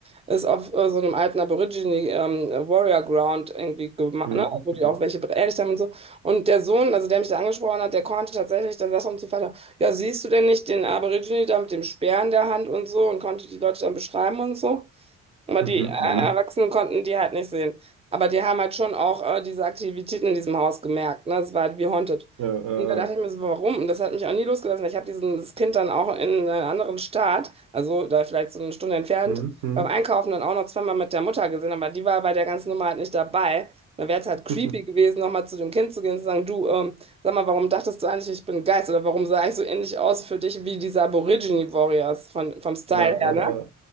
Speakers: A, on the right; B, on the right.
A: ist auf äh, so einem alten Aborigine ähm, Warrior Ground irgendwie gemacht,
B: Mhm,
A: ne? Wo
B: mhm,
A: die auch welche beerdigt haben und so. Und der Sohn, also der mich da angesprochen hat, der konnte tatsächlich, dann saß er uns zu Vater, ja, siehst du denn nicht den Aborigine da mit dem Speer in der Hand und so und konnte die Leute dann beschreiben und so. Aber
B: mhm,
A: die äh,
B: mhm.
A: Erwachsenen konnten die halt nicht sehen. Aber die haben halt schon auch äh, diese Aktivitäten in diesem Haus gemerkt. Ne? Es war halt wie Haunted.
B: Ja,
A: Und da dachte
B: äh,
A: ich mir so, warum? Und das hat mich auch nie losgelassen. Ich habe dieses Kind dann auch in einem anderen Staat, also da vielleicht so eine Stunde entfernt,
B: mhm, mhm.
A: beim Einkaufen dann auch noch zweimal mit der Mutter gesehen. Aber die war bei der ganzen Nummer halt nicht dabei. Und dann wäre es halt creepy
B: <laughs>
A: gewesen, nochmal zu dem Kind zu gehen und zu sagen, du, ähm, sag mal, warum dachtest du eigentlich, ich bin ein Geist? Oder warum sah ich so ähnlich aus für dich wie diese Aborigine Warriors von, vom Style
B: Ja,
A: her, ne?
B: äh, äh,